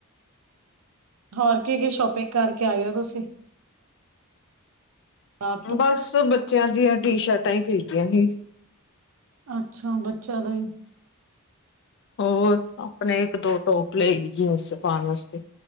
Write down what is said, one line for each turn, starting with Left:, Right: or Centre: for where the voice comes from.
Right: ਹੋਰ ਕੀ-ਕੀ ਸ਼ੋਪਿੰਗ ਕਰਕੇ ਆਏ ਹੋ ਤੁਸੀਂ। ਆਪ ਤੋਂ
Left: ਬਸ ਬੱਚੇਆਂ ਦੀਆਂ ਟੀ-ਸ਼ਰਟਾਂ ਹੀ ਖਰੀਦੀਆਂ ਸੀ।
Right: ਅੱਛਾ। ਬੱਚੇਆਂ ਦਾ ਹੀ।
Left: ਹੋਰ ਆਪਣੇ ਇੱਕ, ਦੋ ਟੋਪ ਲਏ ਜੀਨਸ ਪਾਉਣ ਵਾਸਤੇ।